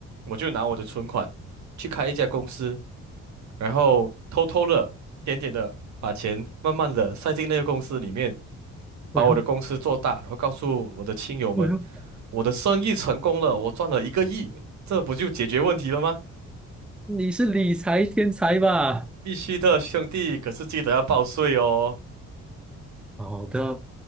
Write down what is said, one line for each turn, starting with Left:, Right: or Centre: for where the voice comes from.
Right: 我就拿我的存款去开一家公司，然后偷偷的、一点点的把钱慢慢的塞进那个公司里面，把我的公司做大，
Centre: 哎呦
Right: 然后告诉我的亲友们。
Centre: 哎呦，
Right: 我的生意成功了，我赚了一个亿，这不就解决问题了吗？
Centre: 你是理财天才吧？
Right: 必须的，兄弟，可是记得要报税哦。
Centre: 好的，